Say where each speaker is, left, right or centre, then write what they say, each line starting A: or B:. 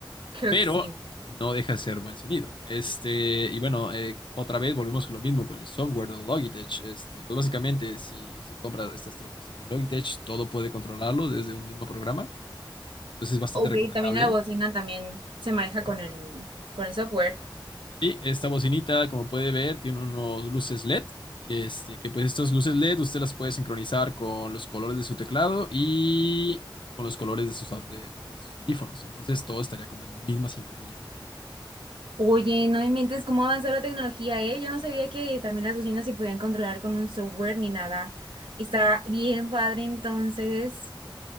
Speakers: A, on the right; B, on the left.
A: Creo
B: pero
A: que sí.
B: no deja de ser buen sonido. Este, y bueno, eh, otra vez volvemos con lo mismo con el software de Logitech. Este, pues básicamente, si usted compra estas tres cosas de Logitech, todo puede controlarlo desde un mismo programa. Entonces es bastante
A: Ok,
B: recomendable.
A: también la bocina también se maneja
B: Correcto.
A: con el, con el software.
B: Y esta bocinita, como puede ver, tiene unos luces LED, que, este, que pues estas luces LED usted las puede sincronizar con los colores de su teclado y con los colores de sus, au- de- perdón, de sus audífonos. Entonces todo estaría como en misma sincronía, ¿me entiende?
A: Oye, no inventes cómo ha avanzado la tecnología, ¿eh? Yo no sabía que también las bocinas se podían controlar con un software ni nada. Está bien padre, entonces.